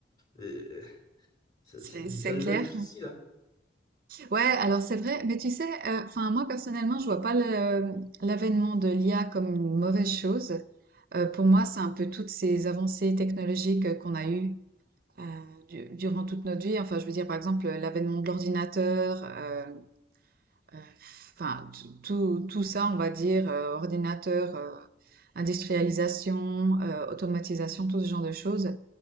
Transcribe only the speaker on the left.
Euh, ça,
ça-
ça devient
difficile, hein.